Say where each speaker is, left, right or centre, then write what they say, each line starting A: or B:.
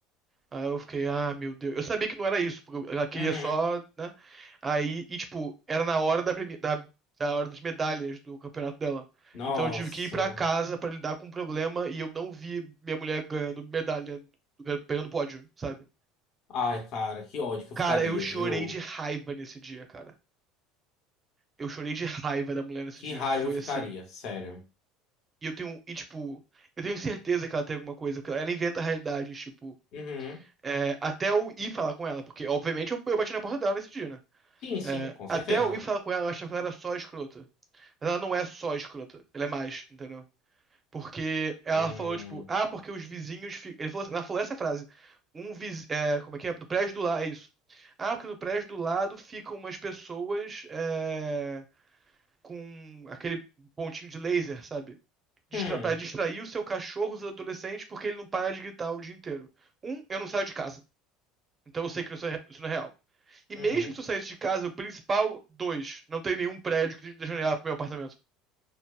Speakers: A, on the right (about 25°); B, on the left (about 55°).
A: Aí eu fiquei, ah, meu Deus. Eu sabia que não era isso, porque eu- ela queria
B: Uhum.
A: só, né? Aí, e tipo, era na hora da, premi- da, da hora das medalhas do campeonato dela.
B: Nossa.
A: Então eu tive que ir pra casa pra lidar com o problema e eu não vi minha mulher ganhando medalha, pegando pódio, sabe?
B: Ai, cara, que ódio que
A: Cara,
B: eu ficaria,
A: eu chorei
B: viu?
A: de raiva nesse dia, cara. Eu chorei de raiva da mulher nesse
B: Que
A: dia.
B: raiva
A: Foi
B: eu ficaria,
A: assim.
B: sério.
A: E eu tenho, e tipo, eu tenho certeza que ela tem alguma coisa, porque ela inventa realidades, tipo,
B: Uhum.
A: é, até eu ir falar com ela, porque obviamente eu, eu bati na porta dela nesse dia, né?
B: Sim, sim,
A: É,
B: com
A: até
B: certeza.
A: eu ir falar com ela, eu achava que ela era só escrota. Mas ela não é só escrota, ela é mais, entendeu? Porque ela
B: Hum.
A: falou, tipo, ah, porque os vizinhos. fi- Ele falou, ela falou essa frase. Um viz... é, como é que é? Do prédio do lado, é isso. Ah, porque no prédio do lado ficam umas pessoas é, com aquele pontinho de laser, sabe? Distra...
B: Hum.
A: Pra distrair o seu cachorro, os adolescentes, porque ele não para de gritar o dia inteiro. Um, eu não saio de casa. Então eu sei que isso é- isso não é real. E
B: Uhum.
A: mesmo se eu saísse de casa, o principal, dois, não tem nenhum prédio que dê janela pro meu apartamento.